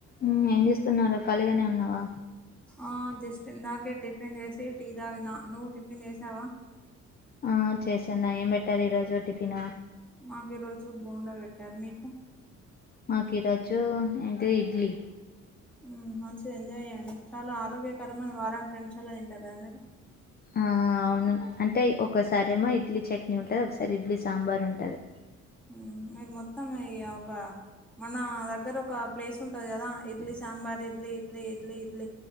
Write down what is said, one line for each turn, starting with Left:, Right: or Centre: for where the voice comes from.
Left: ఉ ఏం జేస్తున్నావ్ రా ఖాళీగానే ఉన్నావా
Centre: ఆ జస్టిందాకే టిఫిన్ జేసి టీ తాగిన నువ్వు టిఫిన్ జేసావా
Left: ఆ చేశాన్న ఏం బెట్టారు ఈ రోజు టిఫిన
Centre: మాకు ఈ రోజు బోండా వెట్టారు మీకు
Left: మాకీరోజు ఏంటి ఇడ్లీ
Centre: ఉ మంచిదె ఎంజాయ్ జేయ్యండి చాలా ఆరోగ్యకరమైన వారానికి రెండు సార్ల దింటారు గదా మీరు
Left: ఆ అవును అంటే ఒక్కసారేమో ఇడ్లీ చట్నీ ఉంటద్ ఒకసారి ఇడ్లీ సాంబార్ ఉంటది
Centre: మ్మ్, మీరు మొత్తం ఈ ఒక మన దగ్గర ఒక ప్లేస్ ఉంటది కదా ఇడ్లీ సాంబార్ ఇడ్లీ ఇడ్లీ ఇడ్లీ ఇడ్లీ